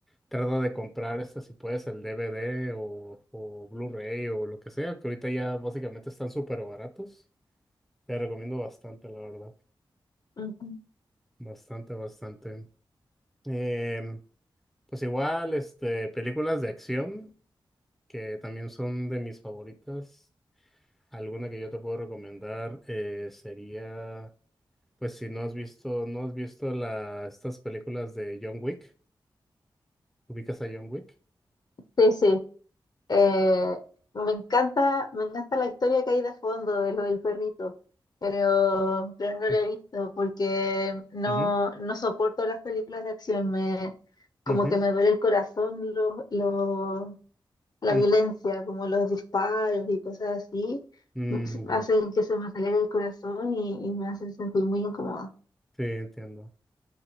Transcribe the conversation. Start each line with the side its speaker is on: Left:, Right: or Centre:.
Centre: trata de comprar este, si puedes, el DVD o, o Blu-ray o lo que sea, que ahorita ya básicamente están súper baratos. Te recomiendo bastante, la verdad.
Left: ujú.
Centre: Bastante, bastante. Em, pues igual, este, películas de acción. que también son de mis favoritas. Alguna que yo te puedo recomendar eh, sería, pues si no has visto, no has visto la, estas películas de John Wick, ¿ubicas a John Wick?
Left: Sí, sí. Eh, me encanta, me encanta la historia que hay de fondo de lo del perrito, pero, pero no
Centre: Sí.
Left: la he visto porque no,
Centre: Ujú,
Left: no soporto las películas de acción. Me, como
Centre: ujú,
Left: que me duele el corazón lo, lo- la
Centre: mm,
Left: violencia, como los disparos y cosas así,
Centre: mm, ya,
Left: hacen que se me acelere el corazón y, y me hacen sentir muy incómoda.
Centre: Sí, entiendo.